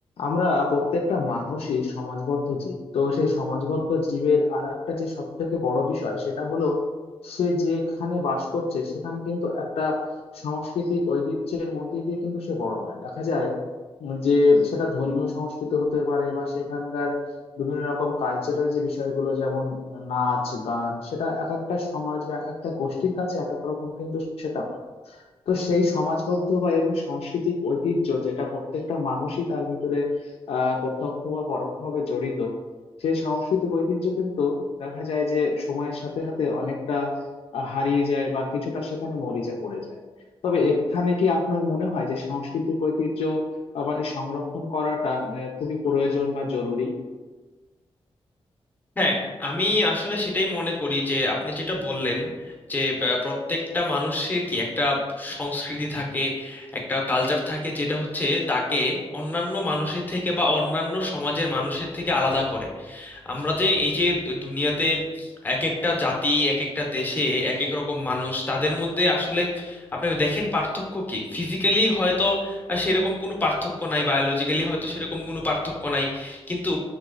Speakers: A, on the left (about 70°); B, on the left (about 15°).
A: আমরা প্রত্যেকটা মানুষই সমাজবদ্ধ জীব তো সেই সমাজবদ্ধ জীবের আর একটা যে সব থেকে বড় বিষয় সেটা হলো সে যেখানে বাস করছে সেখানে কিন্তু একটা সাংস্কৃতিক ঐতিহ্যের মধ্যে দিয়ে কিন্তু সে বড় হয় দেখা যায় যে সেটা ধর্মীয় সংস্কৃতি হতে পারে বা সেখানকার বিভিন্ন রকম কালচারাল যে বিষয়গুলো যেমন নাচ গান সেটা এক একটা সমাজ বা এক একটা গোষ্ঠীর কাছে এক এক রকম কিন্তু সেটা হয় তো সেই সমাজবদ্ধ বা এবং সাংস্কৃতিক ঐতিহ্য যেটা প্রত্যেকটা মানুষই তার ভিতরে আহ প্রত্যক্ষ বা পরোক্ষভাবে জড়িত সেই সাংস্কৃতিক ঐতিহ্য কিন্তু দেখা যায় যে সময়ের সাথে সাথে অনেকটা আহ, হারিয়ে যায় বা কিছুটা সেখানে মরিচা পড়ে যায় তবে এখানে কি আপনার মনে হয় যে সাংস্কৃতিক ঐতিহ্য আহ, মানে সংরক্ষণ করাটা আহ, খুবই প্রয়োজন বা জরুরি
B: হ্যাঁ আমি আসলে সেটাই মনে করি যে আপনি যেটা বললেন যে আহ, প্রত্যেকটা মানুষের কি একটা সংস্কৃতি থাকে একটা কালচার থাকে যেটা হচ্ছে তাকে অন্যান্য মানুষের থেকে বা অন্যান্য সমাজের মানুষের থেকে আলাদা করে আমরা যে এই যে দুনিয়াতে এক একটা জাতি এক একটা দেশে এক এক রকম মানুষ তাদের মধ্যে আসলে আপনি দেখেন পার্থক্য কি ফিজিক্যালি হয়তো আহ, সেরকম কোনো পার্থক্য নাই বায়োলজিক্যালি হয়তো সেরকম কোনো পার্থক্য নাই কিন্তু